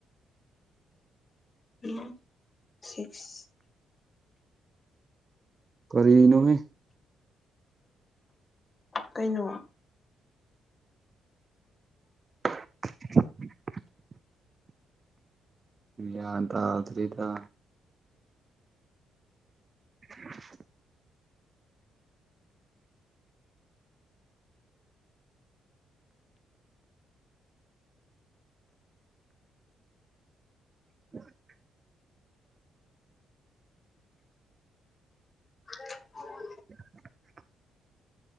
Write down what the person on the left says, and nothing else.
ꯎꯝ ꯁꯤꯛꯁ
ꯀꯩꯅꯣ
<inaudible>